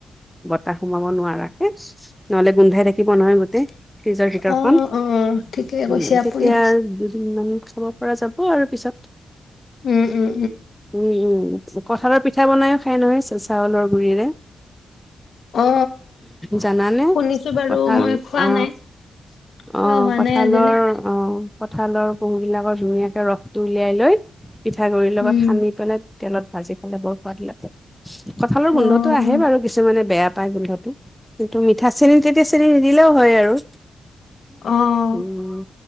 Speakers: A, in the centre; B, on the left.
A: তা সোমাব নোৱাৰাকে নহ'লে গোন্ধাই থাকিব নহয় গোটেই, ফ্ৰিজৰ ভিতৰখন
B: অ অ ঠিকে
A: উম
B: কৈছে
A: তেতিয়া
B: আপুনি
A: দুদিন সিমান খাব পৰা যাব আৰু, পিছত
B: উম উম
A: উম উম, কঁঠালৰ পিঠা বনাইও খাই নহয়! চাউলৰ গুৰিৰে
B: অ
A: জানানে
B: শুনিছো বাৰু
A: কঁঠাল
B: মই খোৱা
A: আ
B: নাই খোৱা
A: অ'
B: হোৱা
A: কঁঠালৰ,
B: নাই আজিলে
A: অ'। অ' কঁঠালৰ পহোবিলাকৰ ধুনীয়াকে ৰসটো উলিয়াই লৈ পিঠাগুড়িৰ লগত
B: উম
A: সানি পেলাই তেলত ভাজি খালে বৰ সোৱাদ লাগে। <inaudible> কঁঠালৰ গোন্ধতো
B: অ',
A: আহে বাৰু কিছুমানে বেয়া পাই গোন্ধটো, কিন্তু মিঠা-চেনি তেতিয়া চেনি নিদিলেও হয় আৰু।
B: অ',
A: উম।